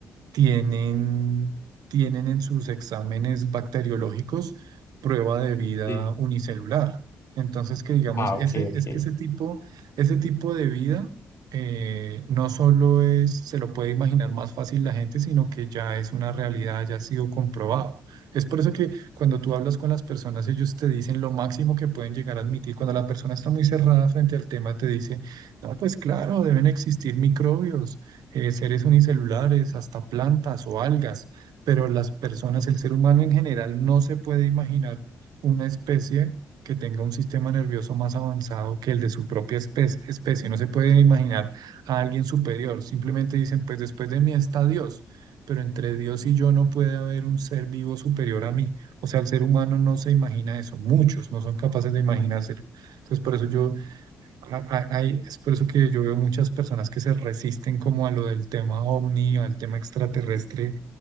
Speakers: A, on the right; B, on the left.
A: tienen, tienen en sus exámenes bacteriológicos prueba de vida
B: Sí.
A: unicelular. Entonces, que digamos,
B: Ah,
A: ese,
B: ok, ok.
A: es que ese tipo, ese tipo de vida eh, no solo es, se lo puede imaginar más fácil la gente, sino que ya es una realidad, ya ha sido comprobado. Es por eso que cuando tú hablas con las personas, ellos te dicen lo máximo que pueden llegar a admitir. Cuando la persona está muy cerrada frente al tema, te dice, no, pues claro, deben existir microbios eh, seres unicelulares, hasta plantas o algas, pero las personas, el ser humano en general, no se puede imaginar una especie que tenga un sistema nervioso más avanzado que el de su propia espe- especie. No se puede imaginar a alguien superior. Simplemente dicen, pues después de mí está Dios, pero entre Dios y yo no puede haber un ser vivo superior a mí. O sea, el ser humano no se imagina eso. Muchos no son capaces de imaginárselo. Entonces, por eso yo a- a- Hay, es por eso que yo veo muchas personas que se resisten como a lo del tema ovni, al tema extraterrestre,